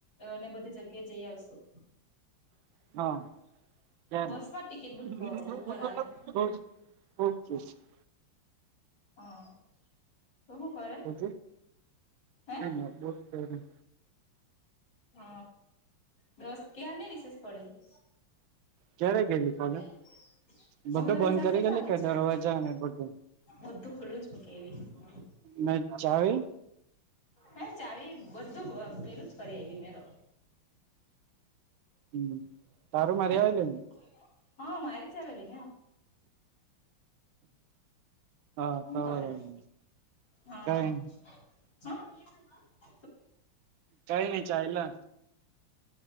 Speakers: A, on the left; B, on the right.
A: ને બધી જગ્યાએ જઈ આવશું.
B: હ
A: બસ
B: ને
A: માં ટિકિટ બુક કરો બુક કરાવવાની
B: <unintelligible>
A: હ તો હું કરે?
B: મે
A: હે
B: નોટિસ કર્યું.
A: હ દસ કયારની રિસેસ પડેલી.
B: ક્યારે ગયેલી કોલેજ
A: <inaudible> હવારે
B: બધું બંધ
A: જામ
B: કરી
A: તેટલા
B: ગયેલી
A: વાગે
B: કે
A: જ
B: દરવાજા ને બધું
A: બધું ખુલ્લું જ મૂકે એવી.
B: મેં ચાવી?
A: હે ચાવી બધું અ પેલું જ કર આયવી મેં તો.
B: હમ્મ, તારું માર્યા
A: હે
B: વેલી ને?
A: હા મારી જ આવેલી.
B: હા
A: હું
B: તારું
A: કરે
B: આવેલું.
A: હા.
B: કઈ
A: હ શું કેય? <inaudible>
B: કઈ નઈ ચાયલા